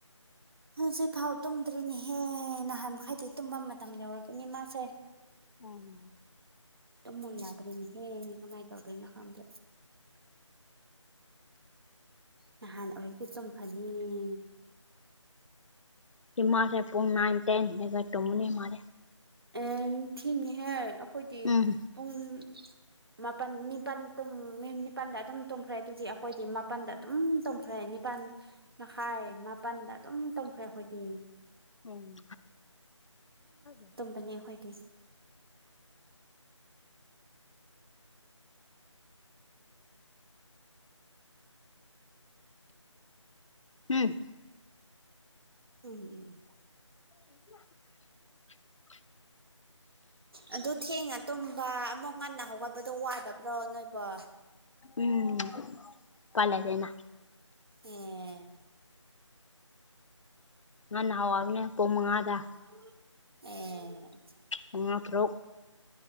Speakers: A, on the right; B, on the left.
A: ꯍꯧꯖꯤꯛꯐꯥꯎ ꯇꯨꯝꯗ꯭ꯔꯤꯅꯦꯍꯦ ꯅꯍꯥꯟ ꯃꯈꯩꯗꯤ ꯇꯨꯝꯕ ꯃꯇꯝ ꯌꯧꯔꯕꯅꯤ ꯃꯥꯁꯦ
B: ꯎꯝ
A: ꯇꯨꯝꯃꯣ ꯌꯥꯗ꯭ꯔꯦꯅꯦꯍꯦ ꯀꯝꯃꯥꯏ ꯇꯧꯗꯣꯏꯅꯣ ꯈꯪꯗꯦ ꯅꯍꯥꯟ ꯑꯣꯏꯗꯤ ꯇꯨꯝꯈ꯭ꯔꯅꯤ
B: ꯏꯃꯥꯁꯦ ꯄꯨꯡ ꯅꯥꯏꯟ ꯇꯦꯟ <unintelligible> ꯇꯨꯝꯕꯅꯤ ꯃꯥꯗꯤ
A: ꯑꯦ ꯊꯦꯡꯉꯤꯍꯦ ꯑꯈꯣꯏꯗꯤ
B: ꯎꯝ
A: ꯄꯨꯡ ꯃꯥꯄꯟ ꯅꯤꯄꯥꯟ ꯇꯨꯝꯃꯦ ꯅꯤꯄꯥꯟꯗ ꯑꯗꯨꯝ ꯇꯨꯝꯈ꯭ꯔꯦ ꯑꯗꯨꯗꯤ ꯑꯈꯣꯏꯗꯤ ꯃꯥꯄꯟꯗ ꯗꯨꯝ ꯇꯨꯝꯈ꯭ꯔꯦ ꯅꯤꯄꯥꯟ ꯃꯈꯥꯏ ꯃꯥꯄꯟꯗ ꯑꯗꯨꯝ ꯇꯨꯝꯈ꯭ꯔꯦ ꯑꯈꯣꯏꯗꯤ
B: ꯑꫭꯝ <unintelligible>
A: ꯕꯅꯦ ꯑꯈꯣꯏꯗꯤ
B: ꯎꯝ <unintelligible>
A: <unintelligible>
B: <inaudible>
A: ꯑꯗꯨ ꯊꯦꯡꯉ ꯇꯨꯝꯕ ꯑꯃꯨꯛ ꯉꯟꯅ ꯍꯧꯒꯠꯄꯗꯣ ꯋꯥꯗꯕ꯭ꯔꯣ ꯅꯣꯏꯕꯣ
B: ꯎꯝ ꯎꯄꯥꯏ ꯂꯩꯇꯦꯅ
A: ꯑꯦ
B: ꯉꯟꯅ ꯍꯧꯒꯠ <unintelligible> ꯄꯨꯡ ꯃꯉꯥꯗ
A: ꯑꯦ
B: ꯃꯪꯉꯥ ꯇꯔꯨꯛ